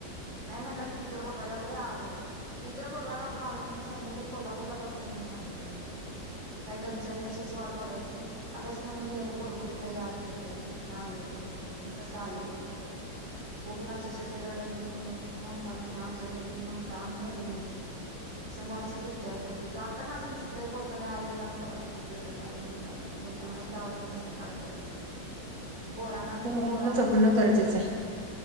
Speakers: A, on the right; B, on the right.
A: नाही म्हटलं कि मित्र बोवायला लागलोय आलोच मित्र बोवायला लागलो आलो म्हणून सांगितलं तर कोल्हापूरला जातोय म्हणून सांगितलं नाही त्यांना काही घरच्यांनी कशाची वाट बघायची आलच म्हणून गेलेलं पोरग कुठे येतय कुठं आलंय पोरं कस आलं पोरग बघून अक्षरशः ते रड हे करून मग माणसां आमच्या गल्लीतली माणसं अन्नखाल्ल नव्हती समोर असं फिरते आलं पोरग जाताना असं दिसलंय पोरग नाही येताना पोराच प्रेतच आलय म्हणल्यावर डोक्याला हात लावल माणूस काय करल पोरांना
B: पोरांना जपणं
A: पण कळत
B: गरजेचं
A: नाही
B: आहे